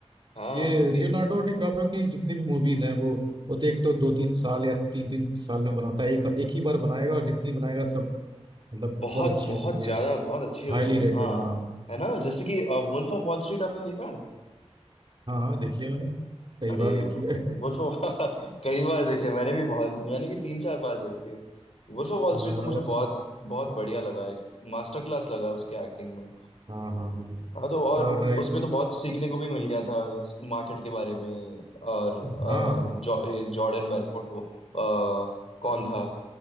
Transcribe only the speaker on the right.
ये
लियोनार्डो
डिकाप्रियो की जितनी भी मूवीज हैं वो वो तो एक तो दो तीन साल या तीन तीन साल में बनाता है एक एक ही बार बनाएगा और जितनी बनाएगा सब मतलब
बहुत अच्छी
होती
है
हाईली
रेटेड
हाँ
हाँ देखिए मैंने कई
बार देखी
है
आ,
उस
हाँ हाँ
और
हाँ